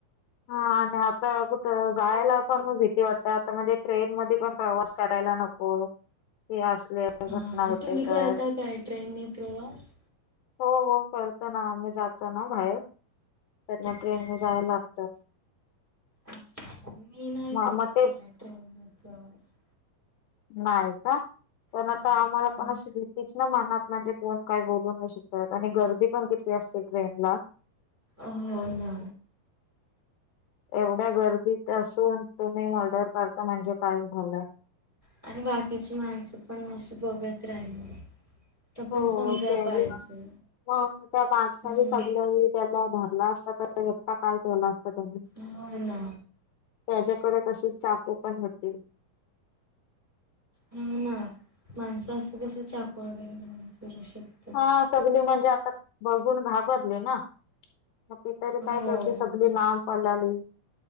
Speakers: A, on the left; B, in the centre.
A: हा आणि आता कुठं? जायाला पण म भीती वाटते. आता म्हणजे ट्रेन मध्ये पण प्रवास करायला नको. हो त असले. घटना
B: हा
A: होते
B: तुम्ही
A: तर
B: करता काय ट्रेननी प्रवास?
A: हो, हो करतो ना आम्ही. जातो ना बाहेर तर
B: अच्छा,
A: मग ट्रेन
B: अच्छा.
A: नी जाव लागत.
B: अच्छा! मी नाही
A: म
B: कधी
A: मग ते
B: केला ट्रेन नी प्रवास.
A: नाही का? पण
B: नाही.
A: आता आम्हाला
B: हं.
A: पण अशी भि तीच ना मनात म्हणजे कोण काय बोलू नई शकत? आणि गर्दी पण किती असते ट्रेनला.
B: अ हो ना.
A: एवढ्या गर्दीत असून तुम्ही मर्डर करता. म्हणजे काय झालं.
B: आणि बाकीची माणसं पण अस बघत राहिली. तर पण
A: हो
B: समजाय
A: त्यानी
B: पाहिजे.
A: मग त्या माणसांनी
B: हम्म,
A: सगळ्यानी त्याला धरला असता. तर एका काय केला असता त्यानी.
B: हो ना.
A: त्याच्याकडे तसे चाकू पण होती.
B: हा ना माणसं असे कसे चाकु वगैरे घेऊन फिरु शकता?
A: हा सगली म्हणजे आता बघून घाबरले ना? मग ती तरी
B: हो,
A: काय करते सग लांब <unintelligible> लांब पलाली